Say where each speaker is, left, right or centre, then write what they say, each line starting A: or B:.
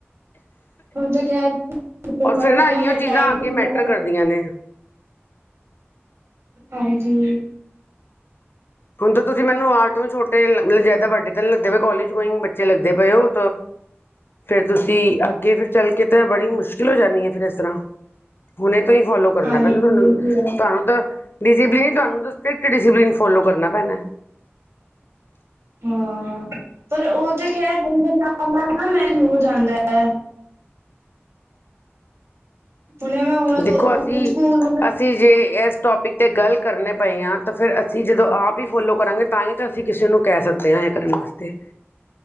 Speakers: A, on the right; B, on the left.
A: ਹੁਣ ਤਾਂ ਖਰਣ
B: ਔਰ
A: ਵਾਲੇ
B: ਫਿਰ ਨਾ
A: ਨੇ
B: ਇਹੀਓ ਚੀਜ਼ਾਂ
A: ਟਾਈਮ
B: ਅੱਗੇ
A: <unintelligible>
B: ਮੈਟਰ ਕਰਦੀਆਂ ਨੇ
A: ਹਾਂਜੀ
B: ਹੁਣ ਤਾਂ ਤੁਸੀਂ ਮੈਨੂੰ ਆਰ ਤੋਂ ਵੀ ਛੋਟੇ ਜਦਾ ਵੱਡੇ ਤਾਂ ਲੱਗਦੇ ਪਏ ਕਾਲਜ ਗਈ ਬੱਚੇ ਲੱਗਦੇ ਪਏ ਹੋ ਫਿਰ ਤੁਸੀਂ ਅੱਗੇ ਫਿਰ ਚੱਲ ਕੇ ਤਾਂ ਬੜੀ ਮੁਸ਼ਕਿਲ ਹੋ ਜਾਂਦੀ ਹੈ ਫਿਰ ਇਸ ਤਰ੍ਹਾਂ ਹੁਣੇ ਫੋਲੋ ਕਰਨਾ
A: ਹਾਂਜੀ
B: ਪਦਾ ਤੁਹਾਨੂੰ
A: ਇਹ ਵੀ ਹੈ
B: ਤੁਹਾਨੂੰ ਤਾਂ ਡਿਸਪਲਨ ਤੁਹਾਨੂੰ ਸਟ੍ਰਿਕਟ ਡਿਸਪਲਨ ਫੋਲੋ ਕਰਨਾ ਪੈਣਾ
A: ਹਾਂ ਪਰ ਉਹ ਤੇ ਕਹਿ ਦ ਨਾਲ ਨਾਲ ਨਾ ਮੈ ਹੋ ਜਾਂਦਾ ਹੈ ਹੁਣੇ ਮੈਂ ਹੁਣ
B: ਦੇਖੋ
A: ਹੁਣ
B: ਅਸੀਂ
A: ਸਕੂਲ ਮਤਲਬ
B: ਅਸੀਂ ਜੇ ਇਸ ਟੋਪਿਕ 'ਤੇ ਗੱਲ ਕਰਨੇ ਪਏ ਹਾਂ ਤਾਂ ਫਿਰ ਅਸੀਂ ਜਦੋਂ ਆਪ ਹੀ ਫੋਲੋ ਕਰਾਂਗੇ ਤਾਂ ਹੀ ਤਾਂ ਅਸੀਂ ਕਿਸੇ ਨੂੰ ਕਹਿ ਸਕਦੇ ਹਾਂ ਕਰਨ ਵਾਸਤੇ